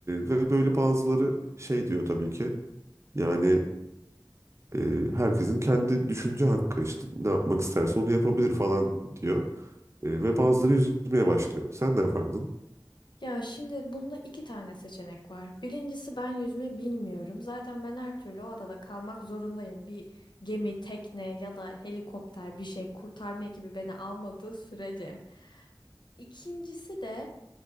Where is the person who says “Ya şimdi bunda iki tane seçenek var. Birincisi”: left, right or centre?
Left